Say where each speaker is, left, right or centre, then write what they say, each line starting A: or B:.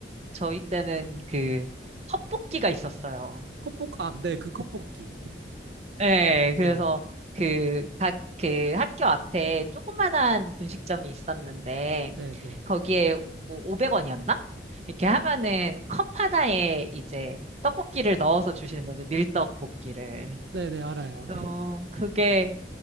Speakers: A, on the right (about 35°); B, on the right (about 70°).
A: 저희 때는 그 헛볶이가 있었어요.
B: 컵볶, 아, 네, 그 컵볶이.
A: 네, 그래서
B: 네,
A: 그, 각, 그 학교 앞에 조그만한 분식점이 있었는데,
B: 네, 네.
A: 거기에 뭐 500원이었나? 이렇게 하면은 컵 하나에 이제 떡볶이를 넣어서 주시는 거죠. 밀떡볶이를.
B: 네, 네, 알아요.
A: 어, 그게